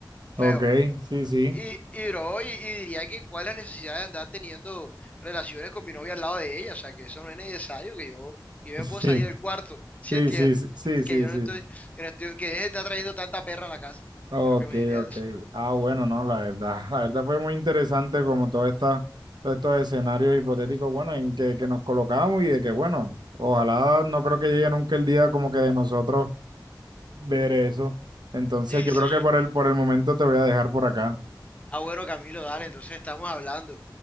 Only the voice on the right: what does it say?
Ok, sí, sí,
sí,
sí,
sí, sí, sí,
sí. sí.
Ok,
ok.
Ah, bueno, no, la verdad, <laughs> la verdad fue muy interesante como todo esta, todos estos escenarios hipotéticos, bueno, en que, que nos colocamos y de que, bueno, ojalá no creo que llegue nunca el día como que de nosotros ver eso. Entonces,
yo
creo que por el, por el momento te voy a dejar por acá.